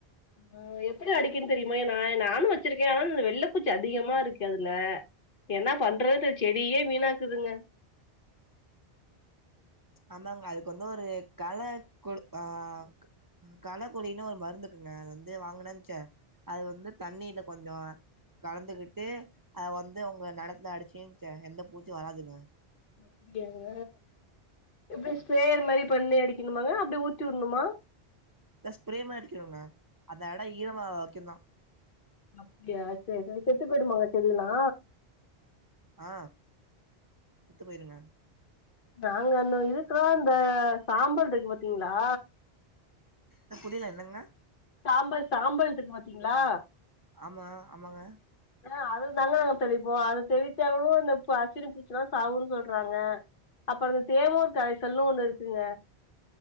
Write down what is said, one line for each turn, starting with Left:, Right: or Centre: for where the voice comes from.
Left: ஆ எப்டி அடிக்கனு தெரியுமா நா நானு வச்சிருக்கே ஆனா இந்த வெள்ளப்பூச்சி அதிகமா இருக்கு அதுல என்ன பண்றது செடியே வீணாக்குதுங்க
Right: அந்தாங்க அதுக்கு வந்து ஒரு கள குழு ஆ‌க் களக்கொள்ளினு ஒரு மருந்துக்குங்க அது வந்து வாங்கனூன்ச்சே அது வந்து தண்ணில கொஞ்சோ கலந்துகிட்டு அத வந்து உங்க நெலத்துல அடிச்சிங்க வச்சு எந்த பூச்சு வராதுங்க
Left: அப்டியாங்க எப்டி ஸ்பேரயர் மாரி பண்ணி அடிக்கணுமாங்க அப்டி ஊத்தி உட்ணுமா
Right: த ஸ்ப்ரே மா அடிக்கணுங்க அந்த இடம் ஈரமா வைக்கந்தா
Left: அப்டியா சரி சரி செத்து போயடுமாங்க செடியெல்லா
Right: ஆ செத்து போயிருங்க
Left: நாங்க அந்த இதுக்குலா இந்த சாம்பல்ருக்கு பாத்தீங்களா
Right: த புரியல என்னங்க
Left: சாம்பல் சாம்பல்ருக்கு பாத்தீங்ளா
Right: ஆமா ஆமாங்க
Left: அ அது தாங்க நாங்க தெளிப்போ அத தெளிச்சா கூம் இந்த பசினி பூச்சல்லா சாகுன்னு சொல்றாங்க அப்புற இந்த தேவோர் கரைசல் னு ஒண்ணு இருக்குங்க